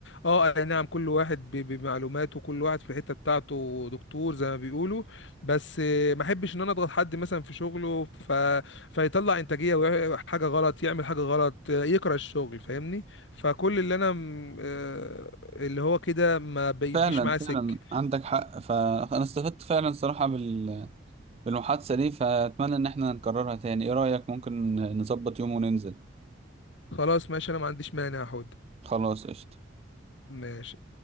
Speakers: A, on the left (about 70°); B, on the right (about 30°).
A: اه اي نعم كل واحد ب- بمعلوماته كل واحد في الحته بتاعته دكتور زي ما بيقولوا بس آه، ما احبش ان انا اضغط حد مثلا في شغله ف... فيطلع انتاجيه وح- حاجه غلط يعمل حاجه غلط آه، يكره الشغل فاهمني فكل اللي انا م- آه، اللي هو كده ما بيجيش
B: فعلا
A: معاه سكه
B: فعلا عندك حق فانا استفدت فعلا صراحة بال بالمحادثة دي فأتمنى إن احنا نكررها تاني إيه رأيك ممكن نظبط يوم وننزل
A: خلاص ماشي انا ما عنديش مانع هاخد
B: خلاص قشطة
A: ماشي